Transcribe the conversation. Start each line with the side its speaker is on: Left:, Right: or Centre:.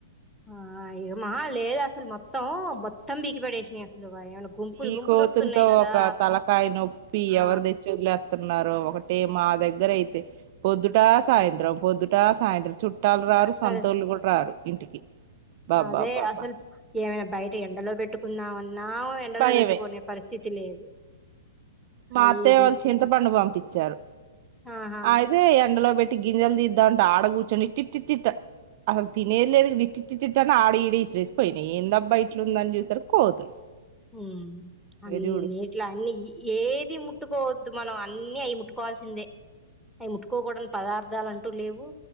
Centre: ఆ ఇగామా లేదు అసలు మొత్తం మొత్తం పీకి పడేసినాయి అసలు వా- ఏమైనా గుంపులు
Right: ఈ
Centre: గుంపులు
Right: కోతులతో
Centre: వస్తున్నాయి కదా
Right: ఒక తలకాయ్ నొప్పి
Centre: ఆ
Right: ఎవరు తెచ్చి వదిలేతున్నా ఒకటి మా దగ్గర అయితే పొద్దుటా సాయంత్రం పొద్దుటా సాయంత్రం చుట్టూ చుట్టాలు రారు
Centre: అసలు
Right: సంతోళ్ళు కూడ రారు ఇంటికి బాబ్బాబ్బాబ్బా
Centre: అదే అసలు ఏమైనా బయట ఎండలో పెట్టుకుందామని నావు ఎండలో
Right: భయమే
Centre: పెట్టుకునే పరిస్థితి లేదు
Right: మా
Centre: అయి
Right: అత్తయ్య వాళ్ళు
Centre: ముట్టి
Right: చింతపండు వంపించారు
Centre: ఆహా
Right: అయితే ఎండలో పె గింజలు దిద్దామంటే ఆడ కూర్చొని ఇట్టిటిట్టిట్ట అసలు తినేది లేదు ఇట్టిటిటిట్ట అని ఆడ ఈడ ఇసిరేసిపోయినాయి ఏందబ్బ ఇట్లుందని చూసారికి కోతులు
Centre: హమ్ అన్ని
Right: ఇంక చూడు
Centre: ఎట్ల అన్ని ఇ ఏది ముట్టుకోవద్దు మనం అన్ని అయి ముట్టుకోవాల్సిందే అవి ముట్టుకోకూడని పదార్థాలు అంటూ లేవు